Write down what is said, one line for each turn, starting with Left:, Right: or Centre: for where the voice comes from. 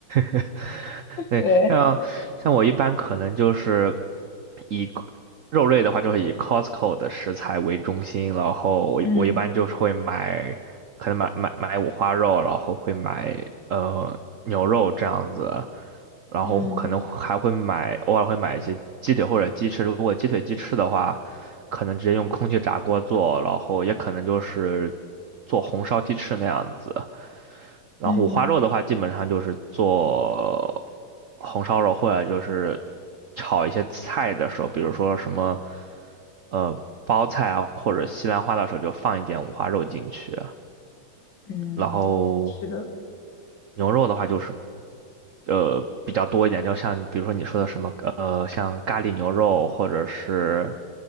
Right: <laughs> 对，
Left: 对，
Right: 像像我一般可能就是以肉类的话，就是以 Costco 的食材为中心，然后我我一般就是会买，
Left: 嗯
Right: 可能买买买五花肉，然后会买呃牛肉这样子，然后可能还会买，
Left: 嗯
Right: 偶尔会买一些鸡腿或者鸡翅。如果鸡腿鸡翅的话，可能直接用空气炸锅做，然后也可能就是做红烧鸡翅那样子。然后五花肉的话，
Left: 嗯
Right: 基本上就是做红烧肉，或者就是炒一些菜的时候，比如说什么呃包菜啊，或者西兰花的时候，就放一点五花肉进去。
Left: 嗯，
Right: 然后
Left: 是的。
Right: 牛肉的话，就是呃比较多一点，就像比如说你说的什么呃像咖喱牛肉，或者是